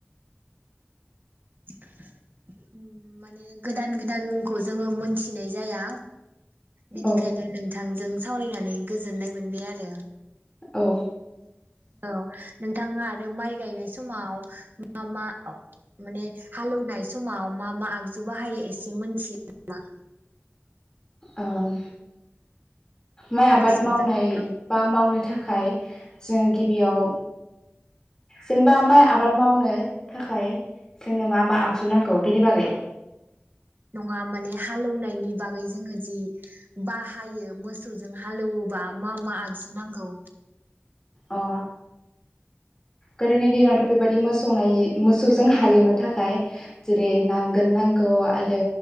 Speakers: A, on the right; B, on the left.
A: <inaudible> उम्म माने गोदान गोदान मुंखौ जोङो मोनथिनाय जाया। बेनिखायनो
B: औ
A: नोंथांजों सावरायनानै गोजोननाय मोनबाय आरो
B: औ
A: औ नोंथाङा आरो माइ गायनाय समाव मा मा? माने हालवनाय समाव मा मा आगजु बाहायो एसे मिथियो नामा?
B: ओम माइ आबाद
A: मोसौजों
B: मावनाय
A: औ
B: बा मावनो थाखाय जों गिबियाव जेनेबा माइ आबाद मावनो थाखाय जोंनो मा मा आगजु नांगौ बेनि बागै।
A: नङा माने हालेवनायनि बागै जोङो जि बाहायो मोसौजों हालौवोबा मा मा आगजु नांगौ।
B: अ गोदोनि दिनावथ बेबायदि मोसौ नायै मोसौजों हालेवनो थाखाय जेरै नांगोल नांगौ आरो